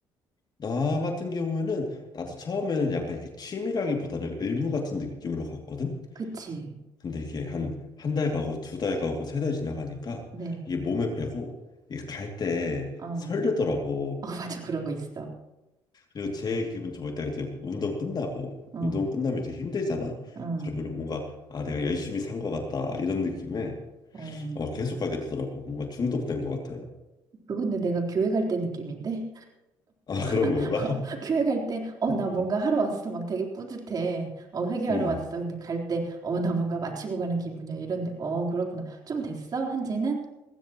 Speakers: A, on the left; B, on the right.
A: 나 같은 경우에는 나도 처음에는 약간 이게 취미라기보다는 의무 같은 느낌으로 갔거든.
B: 그치.
A: 근데 이게 한 한 달 가고 두 달 가고 세 달 지나가니까
B: 네,
A: 이게 몸에 배고 이게 갈 때
B: 어.
A: 설레더라고.
B: <laughs> 어, 맞아. 그런 거 있어.
A: 그리고 제 기분 좋을 때가 이제 운동 끝나고
B: 응,
A: 운동 끝나면 이제 힘들잖아.
B: 응.
A: 그러면은 뭔가 아 내가 열심히 산 것 같다 이런 느낌에
B: 어,
A: 어 계속 가게 되더라고. 뭔가 중독된 것 같아요.
B: 그건데 내가 교회 갈 때 느낌인데?
A: <laughs> 아 그런
B: <laughs>
A: 건가?
B: 교회 갈 때, 어,
A: <laughs>
B: 나 뭔가 하러 왔어. 막 되게 뿌듯해. 어, 회개하러
A: 음.
B: 왔어. 근데 갈 때, 어, 나 뭔가 마치고 가는 기분이야. 이런데, 어, 그렇구나. 좀 됐어? 한지는?